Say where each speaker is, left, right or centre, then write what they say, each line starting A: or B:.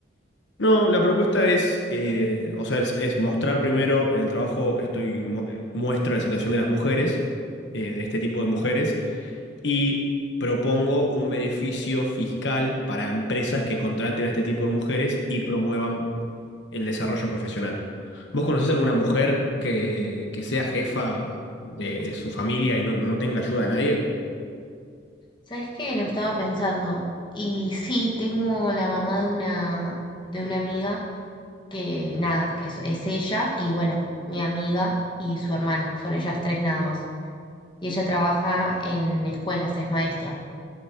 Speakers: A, on the left (about 75°); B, on the left (about 25°).
A: No, la propuesta es, eh, o sea, es, es mostrar primero en el trabajo, estoy mu- eh, muestro la situación de las mujeres, eh, de este tipo de mujeres, y propongo un beneficio fiscal para empresas que contraten a este tipo de mujeres y promuevan el desarrollo profesional. ¿Vos conocés alguna mujer que, que sea jefa de, de su familia y no, no tenga ayuda de nadie?
B: sabes que lo estaba pensando. Y sí, tengo la mamá de una, de una amiga que nada, que es, es ella y bueno, mi amiga y su hermana, son ellas tres nada más. y ella trabaja en escuelas, es maestra.